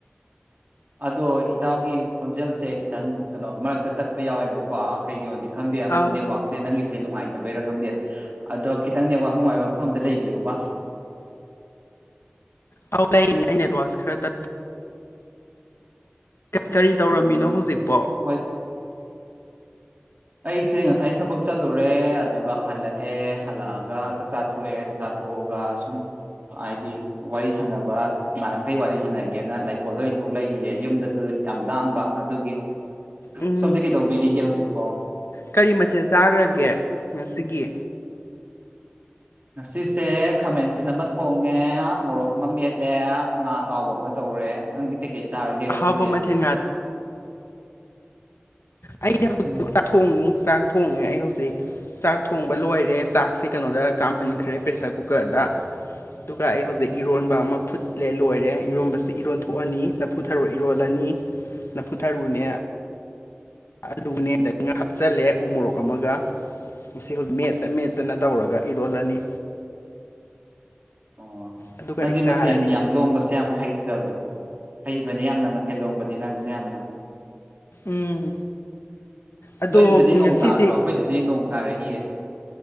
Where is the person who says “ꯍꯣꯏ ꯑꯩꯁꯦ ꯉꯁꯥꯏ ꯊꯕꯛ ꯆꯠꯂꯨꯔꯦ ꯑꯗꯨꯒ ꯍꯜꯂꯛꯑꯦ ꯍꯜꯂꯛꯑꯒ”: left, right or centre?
Right